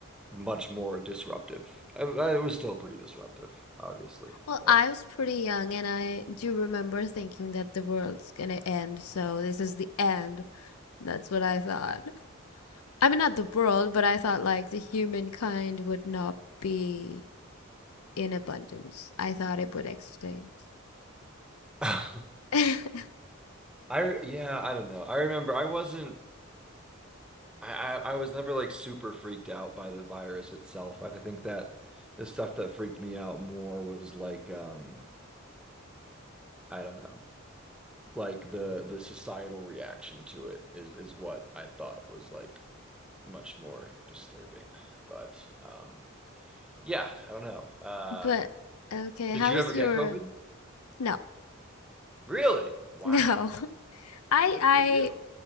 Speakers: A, in the centre; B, on the left.
A: much more disruptive. I, I, it was still pretty disruptive, obviously,
B: Well,
A: but
B: I was pretty young and I do remember thinking that the world's gonna end, so this is the end. That's what I thought. I mean, not the world, but I thought like the humankind would not be in abundance. I thought it would extinct.
A: <laughs> I
B: <laughs>
A: yeah, I don't know. I remember I wasn't I, I I was never like super freaked out by the virus itself. I think that the stuff that freaked me out more was like um I don't know, like the the societal reaction to it is is what I thought was like much more disturbing. But um yeah, I don't know. Uh
B: But okay,
A: did
B: how
A: you
B: was
A: ever get
B: your
A: COVID?
B: no?
A: Really? Wow.
B: No. <laughs> I
A: Good
B: I
A: for you.